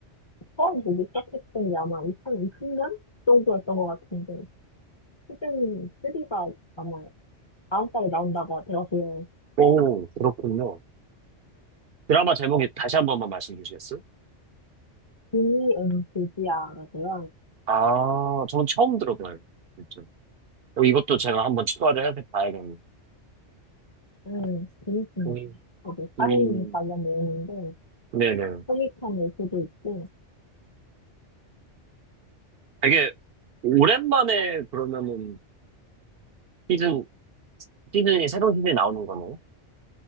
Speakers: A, on the left (about 25°); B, on the right (about 60°).
A: 처음 보기 시작했던 게 아마 2020년 정도였던 것 같은데, 시즌 3가 아마 다음 달에 나온다고 들었어요.
B: 오, 그렇군요. 드라마 제목이 다시 한 번만 말씀 주시겠어요?
A: d n c 지야라고요
B: 아, 저는 처음 들어봐요. 진짜. 어, 이것도 제가 한번 추가를 해서 봐야겠네요.
A: 음, 재밌습니다.
B: 음,
A: 거기 사륜
B: 음.
A: 관련 내용인데,
B: 네네.
A: 소 m 한 요소도 있고,
B: 되게 오랜만에 그러면은 시즌, 시즌이, 새로운 시즌이 나오는 거네요.